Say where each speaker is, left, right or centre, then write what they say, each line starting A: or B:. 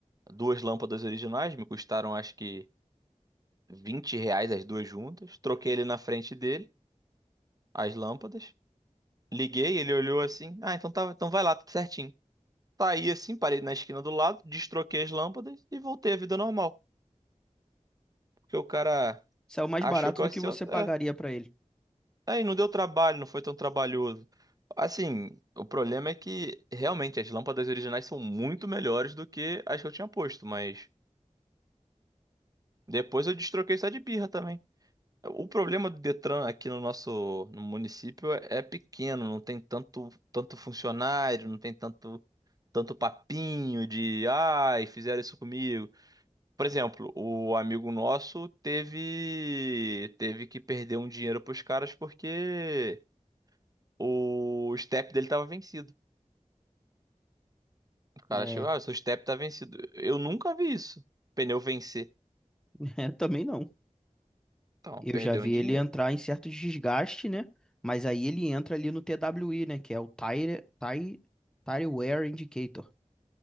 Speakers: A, on the right; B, in the centre.
A: duas lâmpadas originais, me custaram acho que 20 reais as duas juntas. Troquei ele na frente dele, as lâmpadas. Liguei, ele olhou assim, ah, então tá, então vai lá, tudo certinho. Saí assim, parei na esquina do lado, destroquei as lâmpadas e voltei à vida normal. Porque o cara
B: Saiu mais
A: achou
B: barato
A: que eu
B: do
A: ia
B: que
A: ser.
B: você
A: é,
B: pagaria para ele.
A: Aí não deu trabalho, não foi tão trabalhoso. Assim, o problema é que realmente as lâmpadas originais são muito melhores do que as que eu tinha posto, mas depois eu destroquei só de birra também. O problema do Detran aqui no nosso no município é é pequeno, não tem tanto tanto funcionário, não tem tanto tanto papinho de ai, fizeram isso comigo. Por exemplo, o amigo nosso teve teve que perder um dinheiro pros caras porque o step dele tava vencido. O cara
B: É,
A: chegou, ah, seu step tá vencido. Eu nunca vi isso. Pneu vencer.
B: <laughs> é, também não.
A: Então,
B: Eu
A: perdeu
B: já vi
A: um dinheiro.
B: ele entrar em certo desgaste, né, mas aí ele entra ali no TWI, né, que é o Tire, Tire, Tire Wear Indicator